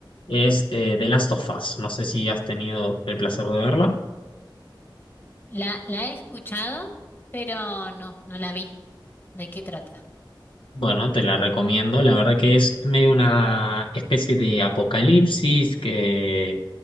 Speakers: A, on the left; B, on the left.
A: es eh, The Last of Us. No sé si has tenido el placer de verla.
B: La, la he escuchado, pero no, no la vi. ¿De qué trata?
A: Bueno, te la recomiendo. La verdad que es medio una especie de apocalipsis que